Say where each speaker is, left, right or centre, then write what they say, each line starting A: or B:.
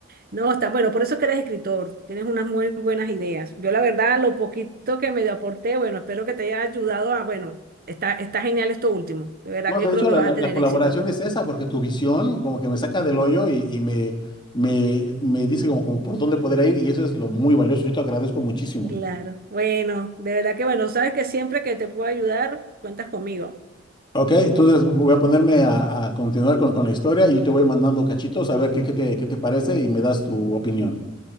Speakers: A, on the right; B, on the left.
A: No, está, bueno, por eso es que eres escritor, tienes unas muy buenas ideas. Yo la verdad, lo poquito que me aporté, bueno, espero que te haya ayudado a, bueno, está, está genial esto último. De verdad
B: No,
A: que
B: de
A: yo creo
B: hecho,
A: que
B: la,
A: vas
B: la-
A: a tener
B: la colaboración
A: éxito.
B: es esa, porque tu visión como que me saca del hoyo y, y me, me, me dice como, como por dónde poder ir y eso es lo muy valioso. Yo te agradezco muchísimo.
A: Claro, bueno, de verdad que bueno, sabes que siempre que te pueda ayudar, cuentas conmigo.
B: Ok, entonces voy a ponerme a, a continuar con, con la historia y te voy mandando cachitos a ver qué, qué te, qué te parece y me das tu opinión.